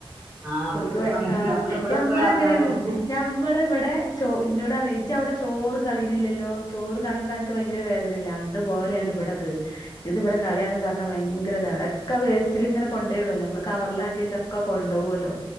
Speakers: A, on the right; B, on the left.
A: ആ പൈസ
B: ഓല്ക്ക്
A: വാങ്ങില്ല
B: ആ
A: നമ്മൾ ഇവിടെ
B: ഞമ്മൾ
A: എത്ര കളഞ്ഞാലും
B: അങ്ങനെണല്ലോ ഞമ്മൾ വടെ ചോ ഇന്നോട് പറിയാ ജ് അവിടെ ചോറ് കളയുന്നില്ലല്ലോ ചോറ് കളയുമ്പോ അനക്ക് ഭയങ്കര വേദനയല്ലേ അതുപോലെയാണ്
A: ഉം
B: ബടെത്. ഇത് ഇവിടെ കളയാന്ന് പറഞ്ഞാ ഭയങ്കരത, അവിടൊക്കെ വേസ്റ്റിൽ ഇങ്ങനെ കൊണ്ടോയിടുല്ലോ, നമ്മള് കവറിലാക്കി വെച്ചൊക്ക കൊണ്ടോവോല്ലോ?